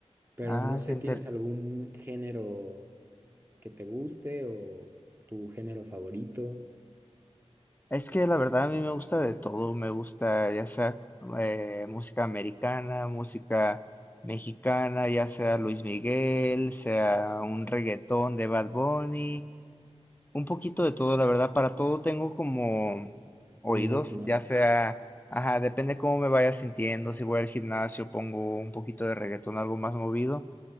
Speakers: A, on the right; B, on the left.
A: Pero
B: Ah,
A: no sé,
B: qué inter-
A: ¿tienes algún género que te guste o tu género favorito?
B: Es que la verdad a mí me gusta de todo. Me gusta ya sea eh, música americana, música mexicana, ya sea Luis Miguel, sea un reggaetón de Bad Bunny. Un poquito de todo, la verdad, para todo tengo como oídos,
A: Un mood, ¿no?
B: ya sea, ajá, depende cómo me vaya sintiendo, si voy al gimnasio pongo un poquito de reggaetón, algo más movido,